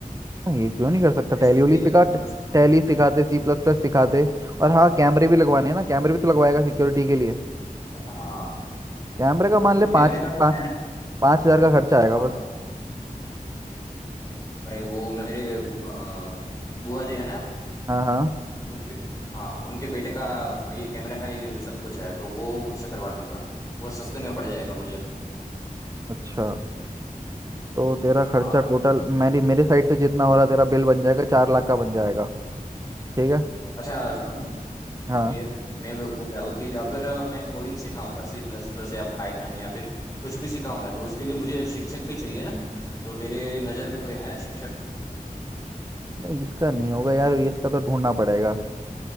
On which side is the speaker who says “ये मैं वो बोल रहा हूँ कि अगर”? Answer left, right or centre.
Left